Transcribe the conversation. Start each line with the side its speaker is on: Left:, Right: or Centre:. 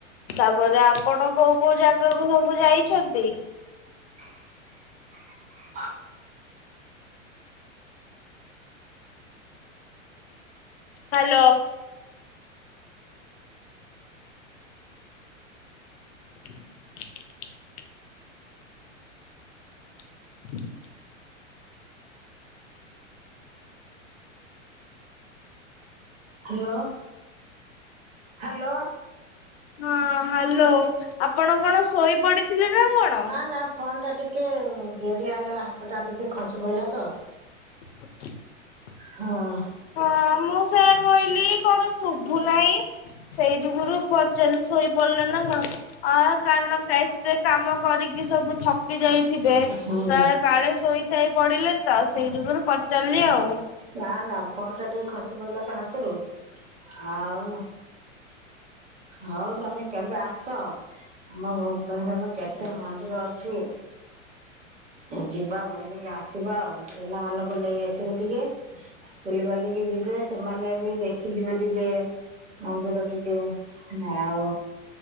Left: ତାପରେ ଆପଣ କୋଉ କୋଉ ଜାଗାକୁ ସବୁ ଯାଇଛନ୍ତି?
Right: <unintelligible>
Left: ହାଲୋ, <inaudible> <inaudible>
Right: ହାଲୋ ହାଲୋ,
Left: ହଁ ହାଲୋ ଆପଣ କଣ ଶୋଇ ପଡିଥିଲେ ନା କଣ?
Right: ନା ଫୋନ ଟା ଟିକେ ବେଡିଆଇଗଲା ହାତ ଟା ଟିକେ ଖସି ପଇଲା ତ।
Left: <inaudible>
Right: ହଁ,
Left: ହଁ ମୁଁ ସେ କହିଲି କଣ ଶୁଭୁ ନାହିଁ। ସେଇ ଯୁଗରୁ ପଚାରିଲି ଶୋଇପଡିଲେ ନା କଣ ଆ କାରଣ ସେ କାମ କରିକି ସବୁ ଥକି ଯାଇଥିବେ
Right: ହୁଁ
Left: କାଳେ ଶୋଇସାଇ ପଡିଲେ। ତ ସେଇ ଯୁଗରୁ ପଚାରିଲି ଆଉ।
Right: ନା ନା ଫୋନ ଟା ଟିକେ ଖସି ପଡ଼ିଲା ତ ହାତରୁ ଆଉ ହଉ ତମେ କେବେ ଆସ। ଆମ ଭୁବନେଶ୍ୱରରେ କେତେ ମନ୍ଦିର ଅଛି। ଯିବା ବୁଲିକି ଆସିବା ଆଉ। ପିଲାମାନଙ୍କୁ ନେଇ ଆସିବେ ଟିକେ ବୁଲିବାଲିକି ଯିବେ ସେମାନେ ବି ଦେଖିଯିବେ ଟିକେ। ମନ୍ଦିର ଟିକେ ଆଉ